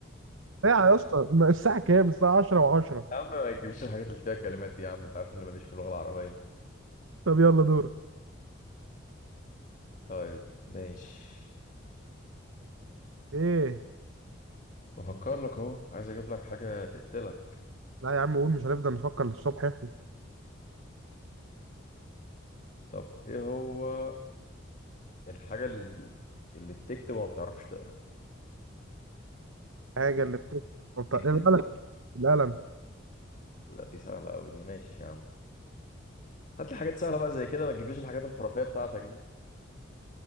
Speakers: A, on the right (about 80°); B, on the left (about 40°).
A: ساعه يا اسطى ما الساعه كام الساعه 10
B: <laughs>
A: و10
B: يا عم ما تجيبش الحاجات اللي فيها كلمات دي يا عم أنت عارف إني ماليش في اللغة العربية
A: طب يلا دورك
B: طيب ماشي
A: ايه
B: بفكر لك أهو عايز أجيب لك حاجة تقتلك
A: لا يا عم قول مش هنفضل نفكر للصبح احنا
B: طب إيه هو الحاجة اللي اللي بتكتب وما بتعرفش تقرأ؟
A: الحاجه اللي بتكبر
B: تكتب
A: القلم القلم
B: لا دي سهلة أوي دي ماشي يا عم هات لي حاجات سهلة بقى زي كده ما تجيبليش الحاجات الخرافية بتاعتك دي